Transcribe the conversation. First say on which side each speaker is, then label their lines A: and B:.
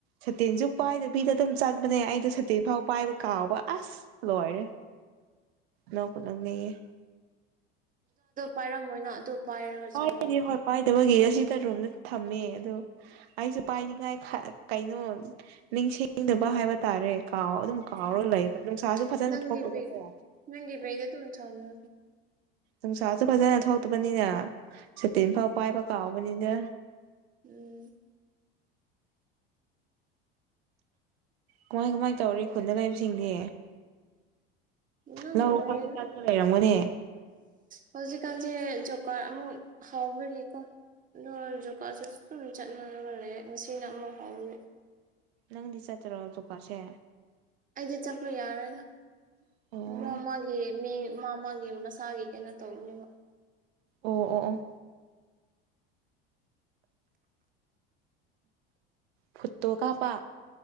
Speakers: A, on the right; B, on the right.
A: ꯁꯇꯤꯟꯁꯨ ꯄꯥꯏꯗꯕꯤꯗ ꯑꯗꯨꯝ ꯆꯠꯄꯅꯦ ꯑꯩꯗꯣ ꯁꯇꯤꯟ ꯐꯥꯎ ꯄꯥꯏꯕ ꯀꯥꯎꯕ ꯑꯁ ꯂꯣꯏꯔꯦ ꯅꯣꯛꯄꯨ ꯅꯣꯛꯅꯤꯉꯢ
B: ꯄꯥꯏꯔꯝꯃꯣꯏꯅ ꯑꯗꯨ ꯄꯥꯏꯔꯒ
A: ꯄꯥꯏꯗꯦ
B: ꯆꯠꯂꯣꯅꯣ
A: ꯍꯣꯏ ꯄꯥꯏꯗꯕꯒꯤ ꯑꯁꯤꯗꯔꯣꯝꯗ ꯊꯝꯃꯦ ꯑꯗꯣ ꯑꯩꯁꯨ ꯄꯥꯏꯅꯤꯡꯉꯥꯏ ꯀꯩꯅꯣ ꯅꯤꯡꯁꯤꯡꯗꯕ ꯍꯥꯏꯕ ꯇꯥꯔꯦ ꯀꯥꯎ ꯑꯗꯨꯝ ꯀꯥꯎꯔꯒ
B: ꯎꯝ
A: ꯂꯩꯕ ꯅꯨꯡꯁꯥꯁꯨ ꯐꯖꯅ
B: ꯅꯪꯒꯤ
A: ꯊꯣꯛꯂꯕꯀꯣ
B: ꯕꯦꯒ ꯅꯪꯒꯤ ꯕꯦꯡꯗ‌ ꯑꯗꯨꯝ ꯊꯝꯃꯨ
A: ꯅꯨꯡꯁꯥꯁꯨ ꯐꯖꯅ ꯊꯣꯛꯇꯕꯅꯤꯅ ꯁꯨꯇꯤꯟ ꯐꯥꯎ ꯄꯥꯏꯕ ꯀꯥꯎꯕꯅꯤꯅ
B: ꯎꯝ
A: ꯀꯃꯥꯏ ꯀꯃꯥꯏ ꯇꯧꯔꯤ ꯈꯨꯟꯗ ꯂꯩꯕꯁꯤꯡꯗꯤ
B: ꯑꯗꯨꯝ‌‌ꯂꯩꯌꯦꯗ
A: ꯂꯧ ꯈꯛꯇ ꯆꯠꯂꯒ ꯂꯩꯔꯝꯒꯅꯤ
B: ꯍꯧꯖꯤꯛ ꯀꯥꯟꯁꯦ ꯖꯦꯞ ꯑꯃꯨꯛ ꯍꯧꯎꯕꯒꯤꯀꯣ ꯑꯗꯨ ꯖꯨꯀꯥꯁꯨ ꯑꯗꯨꯝ ꯆꯠꯅꯅꯕ ꯂꯩ ꯉꯁꯤꯅ ꯑꯃꯨꯛ ꯍꯧꯋꯦ
A: ꯅꯪꯗꯤ ꯆꯠꯇꯔꯣ ꯖꯣꯀꯥꯠꯁꯦ
B: ꯑꯩꯗꯤ ꯆꯠꯄ ꯌꯥꯔꯣꯏꯗ
A: ꯑꯣ
B: ꯃꯣꯏ‌ ꯃꯧꯏꯒꯤ‌‌‌‌ꯃꯤ‌ ‌ ꯃꯁ ꯃꯥꯒꯤ ꯀꯩꯅꯣ ꯇꯧꯅꯦꯕ
A: ꯑꯣ ꯑꯣ ꯑꯣ ꯐꯨꯠꯇꯣ ꯀꯥꯞꯄ